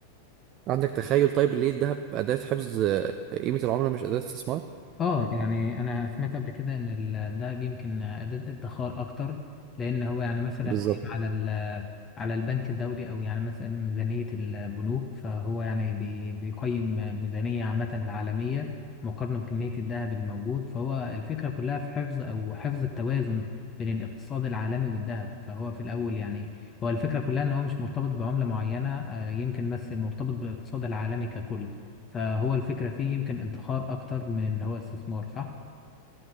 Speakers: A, on the right; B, on the left.
A: عندك تخيل طيب ليه الذهب اداة حفظ آه، قيمة العملة مش اداة استثمار
B: اه يعني انا سمعت قبل كده ان ال- الدهب يمكن اداة ادخار اكتر لان هو يعني مثلا
A: بالظبط
B: قايم على ال- على البنك الدولي او يعني مثلا ميزانية البنوك فهو يعني بي- بيقيم ميزانية عامة العالمية مقارنة بكمية الذهب الموجود فهو الفكرة كلها في حفظ او حفظ التوازن بين الاقتصاد العالمي والذهب فهو في الاول يعني هو الفكرة كلها ان هو مش مرتبط بعملة معينة آه، يمكن بس مرتبط بالاقتصاد العالمي ككل فهو الفكرة فيه يمكن ادخار أكتر من اللي هو استثمار صح؟